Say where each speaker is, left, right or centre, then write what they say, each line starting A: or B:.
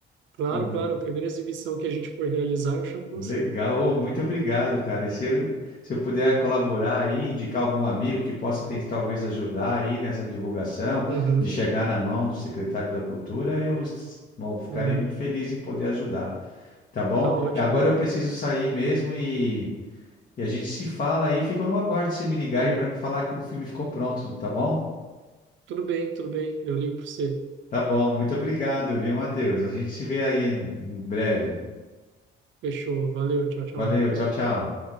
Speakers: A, on the right; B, on the left.
A: Claro,
B: Pô,
A: claro, a primeira exibição que a gente for realizar, eu chamo você.
B: legal, Ô, muito obrigado, cara. E se eu, se eu puder colaborar aí, indicar algum amigo que possa tem- talvez ajudar aí nessa divulgação,
A: Uhum,
B: de chegar na mão do secretário da Cultura, eu s- bom, ficarei
A: uhum.
B: muito feliz em poder ajudar, tá bom?
A: Tá ótimo.
B: Agora eu preciso sair mesmo e E a gente se fala aí, fica no aguardo de você me ligar
A: Uhum.
B: aí para me falar que o filme ficou pronto, tá bom?
A: Tudo bem, tudo bem. Eu ligo para você.
B: Tá bom, muito obrigado, viu, Matheus? A gente se vê aí em em breve.
A: Fechou. Valeu, tchau, tchau.
B: Valeu, tchau, tchau.